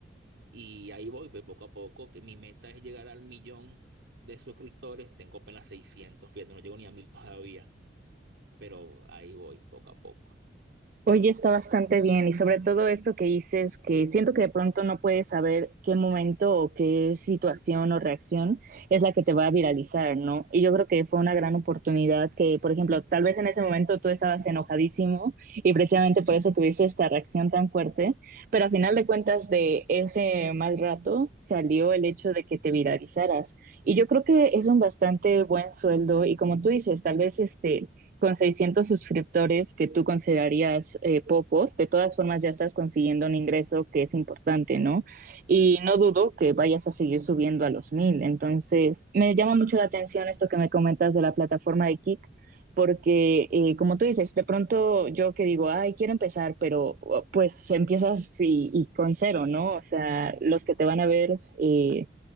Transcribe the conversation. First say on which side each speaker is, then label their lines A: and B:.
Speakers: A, on the right; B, on the right.
A: Y ahí voy, pues poco a poco, que mi meta es llegar al millón de suscriptores. Tengo apenas seiscientos fíjate, no llego ni a mil todavía, pero ahí voy, poco a poco.
B: Oye, está bastante bien y sobre todo esto que dices, que siento que de pronto no puedes saber qué momento o qué situación o reacción es la que te va a viralizar, ¿no? Y yo creo que fue una gran oportunidad que, por ejemplo, tal vez en ese momento tú estabas enojadísimo y precisamente por eso tuviste esta reacción tan fuerte, pero a final de cuentas de ese mal rato salió el hecho de que te viralizaras. Y yo creo que es un bastante buen sueldo y como tú dices, tal vez este con 600 suscriptores que tú considerarías eh, pocos, de todas formas ya estás consiguiendo un ingreso que es importante, ¿no? Y no dudo que vayas a seguir subiendo a los mil. Entonces, me llama mucho la atención esto que me comentas de la plataforma de Kik, porque eh, como tú dices, de pronto yo que digo, ay, quiero empezar, pero oh, pues empiezas y, y con cero, ¿no? O sea, los que te van a ver eh,